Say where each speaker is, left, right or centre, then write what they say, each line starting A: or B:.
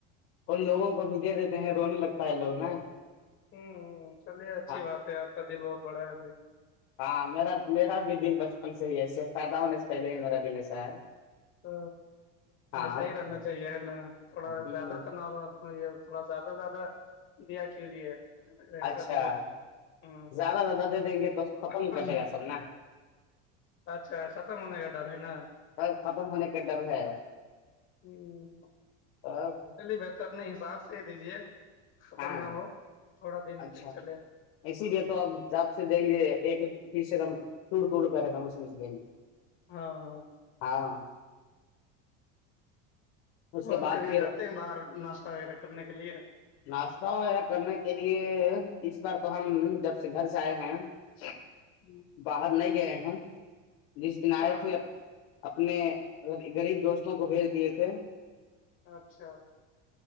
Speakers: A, on the left; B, on the left.
A: اور لوگوں کو بھی دے دیتے ہیں رونے لگتا ہے لوگ نا
B: ہوں ہ چلیے اچھی
A: ہاں
B: بات ہے آپ کا دل بہت بڑا ہے بھائی
A: ہاں میرا میرا بھی دل بچپن سے ہی ایسے پائیدا ہونے سے پہلے ہی میرا دل ایسا ہے
B: تو
A: ہاں
B: صحی رہنا چاہیے نا تھوڑا
A: ہ
B: زیادہ تو ن یہ تھ زیادہ سے زیادہ دیا کیوں جی ہے رساد
A: اچھا
B: ل تھا
A: زیادہ زیادہ دے دیں گے تو ختم
B: ہ
A: کر دے گا سب نا
B: اچھا ختم ہونے کا ڈر ہے نا
A: سب ختم ہونے کا ڈر ہے
B: ہوں
A: اور
B: چلیے بہتر اپنے حساب سے ہی دیجیے ختم
A: ہاں
B: نہ ہو تھوڑا دن
A: اچھا
B: تک چلے
A: اسی لیے تو آپ آپ سے دیں گے ایک ایک پیس ایک دم ٹوڑ توٹڑ کر دم اس میں سے دیں گے
B: ہاںاں
A: ہاں اس کے
B: اور
A: بعد
B: کہبھی
A: پھر
B: جاتے ہیں باہر ناشہ وغیرہ کرنے کے لیے
A: ناشتہ وغیرہ کرنے کے لیے اس بار تو ہم جب سے گھر سے آئے ہیں اچھ
B: جی
A: باہر نہیں گئے ہیں جس دن
B: اچھا
A: آئے تھے اپنے غریب دوستوں کو بھیج دیے تھے
B: اچھا